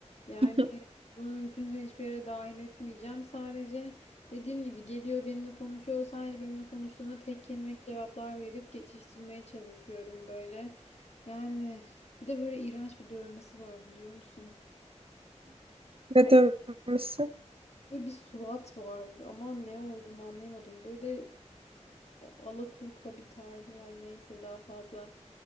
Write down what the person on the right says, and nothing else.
<laughs>
Ne dönmüşsün?